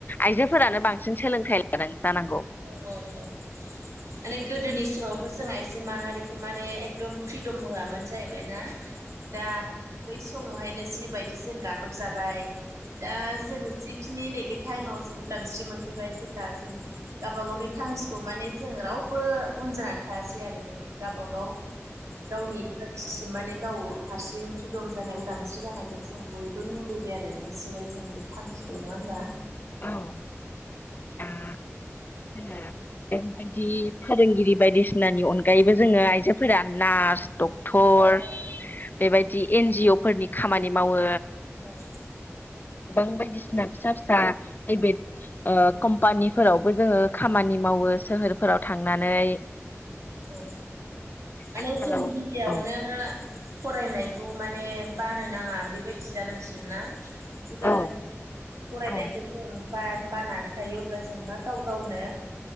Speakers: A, on the left; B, on the right.
A: आइजोफोरानो बांसिन सोलोंथाइ लादों जानांगौ।
B: औ औ औ <unintelligible> गोदोनि समावथ' जों आइजो माहारिखौ माने एकदम फ्रिदम होआमोन जाहैबायना दा बै समावहायनो जिबायदि जों गादब जाबाय दा जों जिखिनि नै बे टाइमाव जों उदांस्रि मोनफैबाय जेब्ला जों गावबा गावनि थांसखौ माने जों रावबो उन जानानै थायासै आरो माने गावबागाव गावनि थांखिसिम माने गाव हारसिं फ्रिदम जानाय उदांस्रि जानायखौ जों बयबो लुबैबाय आरो होसोबाय जों बे थांखिखौ नङा होनबा
A: औ ओ ओ बेबायदि फोरोंगिरि बायदिसिनानि अनगायैबो जोंङो आइजोफोरा नार्स डक्ट थर
B: औ
A: बेबायदि एन जि अ फोरनि खामानि मावो
B: औ
A: गोबां बायदिसिना फिसा फिसा प्राइभेट ओ कम्पानिफोरावबो जोंङो खामानि मावो सोहोरफोराव थांनानै
B: ओं आरो
A: आथिखालाव
B: जों गिबियावनो
A: औ
B: फरायनायखौ माने बानो नाङा बेबायदि जानांसिगोन ना। जेब्ला
A: औ
B: जों फरायनायखौ
A: औ
B: जों बा-बानान थायो अब्ला जों मा गाव गावनो